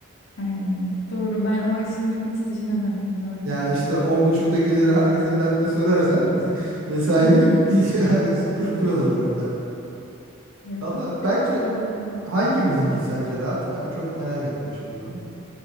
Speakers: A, on the left; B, on the right.
A: Ay doğru ben o işini hiç düşünemedim. Doğru
B: Ya
A: diyorsun.
B: işte on buçukta gelir herkese latte söylersem <laughs> mesailik
A: <laughs>
B: <laughs> kırpıyorlar orada.
A: Yok.
B: Valla
A: Evet
B: bence
A: doğru dedin.
B: hangimizinki sence rahat? Ben çok merak ettim şimdi onu.